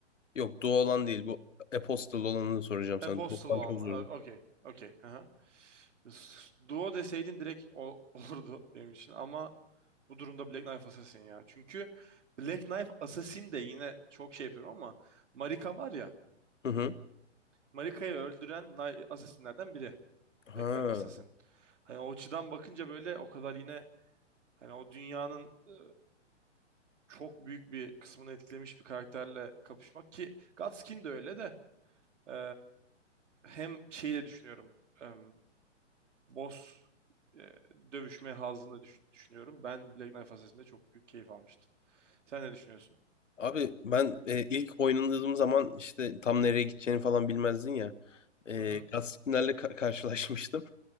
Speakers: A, on the left (about 80°); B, on the right (about 75°).
A: Yok Doğu olan değil. Bu Apostle olanını soracağım
B: Apostle
A: sana. Doğu olan
B: olanla.
A: çok zordu.
B: Ha, Okey. Okey. Hı hı. S- Duo deseydin direkt o, <laughs> olurdu benim için ama bu durumda Black Knife Assassin ya. Çünkü Black Knife Assassin de yine çok şey yapıyorum ama Marika var ya
A: Hı hı.
B: Marika'yı öldüren Knight- Assassin'lerden biri.
A: Ha.
B: Black Knife Assassin. Hani o açıdan bakınca böyle o kadar yine hani o dünyanın e, çok büyük bir kısmını etkilemiş bir karakterle kapışmak ki Gutskin de öyle de e, hem şeyi de düşünüyorum e, boss e, dövüşme hazını da düş- düşünüyorum. Ben Black Knife Assassin'de çok büyük keyif almıştım. Sen ne düşünüyorsun?
A: Abi ben e, ilk oynadığım zaman işte tam nereye gideceğini falan bilmezdin ya. E,
B: Hı hı.
A: Gaspinler'le ka- karşılaşmıştım.